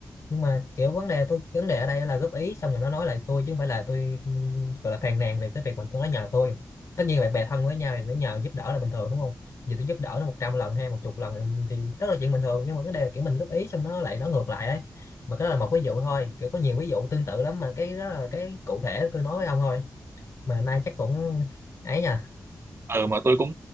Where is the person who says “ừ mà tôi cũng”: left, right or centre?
Right